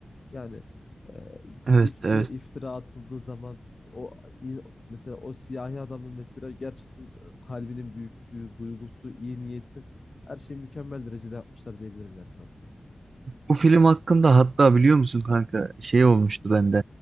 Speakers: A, on the left; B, on the right.
A: Yani e, bir
B: Evet,
A: iftira,
B: evet.
A: iftira atıldığı zaman o in- mesela o siyahi adamın mesela gerçekten e, kalbinin büyüklüğü, duygusu, iyi niyeti her şeyi mükemmel derecede yapmışlar diyebilirim yani. falan.
B: Bu film hakkında hatta biliyor musun kanka şey olmuştu bende.